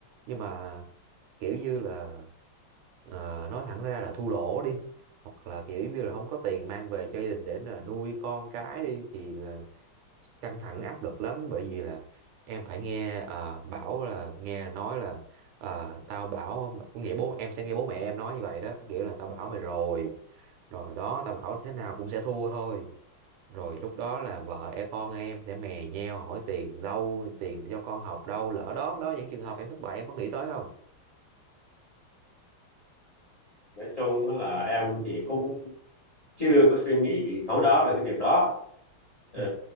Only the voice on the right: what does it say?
nhưng mà kiểu như là ờ, nói thẳng ra là thua lỗ đi hoặc là kiểu như là không có tiền mang về cho gia đình để là nuôi con cái đi thì là căng thẳng áp lực lắm bởi vì là em phải nghe ờ, bảo là nghe nói là ờ, tao bảo có nghĩa bố em sẽ nghe bố mẹ em nói như vậy đó kiểu là tao bảo mày rồi rồi đó tao bảo thế nào cũng sẽ thua thôi rồi lúc đó là vợ e con em sẽ mè nheo hỏi tiền đâu tiền cho con học đâu lỡ đó đó những trường hợp em thất bại em có nghĩ tới không
ừ